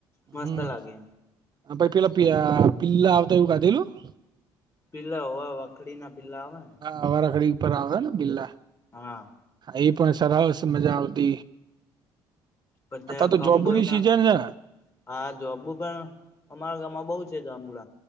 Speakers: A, on the left (about 30°); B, on the right (about 45°).
A: મસ્ત
B: હમ્મ.
A: લાગે.
B: પ પેલા પિલા આવતા એવું કાધેલું.
A: પીલા હોવા વાખડી ના પીલા આવે ને.
B: હ વારાખડી ઉપર આવે ને બિલા.
A: હા.
B: એ પણ સરસ મજા આવતી.
A: પછ
B: તો
A: કંબોઈ
B: જાંબુની
A: ના
B: સીઝન છેને.
A: હા જોબુ પણ અમારા ગામમાં બઉુ છે તો આંબુળ.